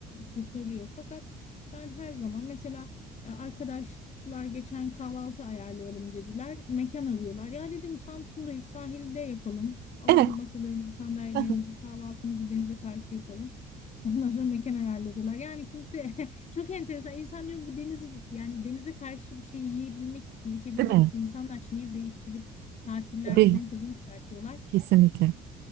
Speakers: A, on the left; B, on the right.
A: kurtarıyor. Fakat ben her zaman mesela e, arkadaşlar geçen kahvaltı ayarlayalım dediler. Mekan arıyorlar. Ya dedim Samsun'dayız sahilde yapalım. Alalım
B: evet
A: masalarımızı, sandalyelerimizi,
B: <laughs>
A: kahvaltımızı denize karşı yapalım. <laughs> Ondan sonra mekan ayarladılar. Yani kimse <laughs> Çok enteresan. İnsan diyorum bu deniz yani denize karşı bir şey yiyebilmek için, içebilmek
B: değil mi?
A: için insanlar şehir değiştirip tatillerde
B: Tabii
A: bunun tadını çıkartıyorlar.
B: kesinlikle.